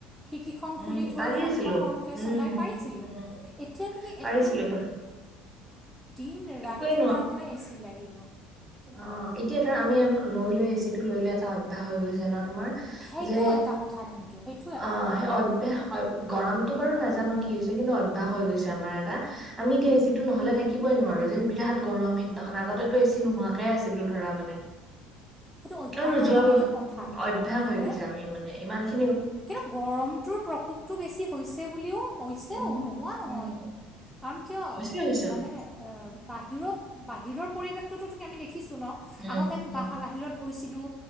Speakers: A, in the centre; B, on the right.
A: খিকীখন
B: উম,
A: খুলি থৈ
B: পাৰিছিলো।
A: ফেনখন সৰু
B: উম,
A: চলাই পাইছিলো।
B: উম,
A: এতিয়া তুমি
B: পাৰিছিলো
A: একদম
B: পা
A: দিন ৰাতি
B: একোৱে
A: তাৰমানে এ চি লাগিব।
B: অঁ' এতিয়া ধৰা আমি লৈ লৈ এ চি টো লৈ লৈ এটা অভ্যয়াস হৈ গৈছে- ন' তোমাৰ,
A: সেইটো
B: যে
A: এটা কথা কিন্তু সেইটো এটা
B: অঁ'
A: কথা
B: সেই গৰমতটো বাৰু নাজানো কি হৈছে কিন্তু অভ্যয়াস হৈ গৈছে আমাৰ এটা। আমি এতিয়া এ চি টো নহ'লে থাকিবই নোৱাৰো যেন বিৰাট গৰম কেইদিনাখন আগতেটো এ চি নোহোৱাকে আছিলো ধৰা মানে।
A: সেইটো অভ্যাসৰ
B: <unintelligible>
A: লগতো কথা
B: অভ্যয়াস
A: হয়নে
B: হৈ গৈছে আমি মানে ইমানখি
A: কিন্তু গৰমটোৰ প্ৰকোপটো বেছি হৈছে বুলিও হৈছেও
B: উম,
A: নোহোৱা নহয়।
B: উম,
A: কাৰণ কিয়
B: হৈছে হৈছে
A: মানে এ বাহিৰত বাহিৰৰ পৰিৱেশটোতো তুমি আমি দেখিছোঁ ন'
B: উম,
A: আগতে আমি
B: উম,
A: বাহিৰত গৈছিলোঁ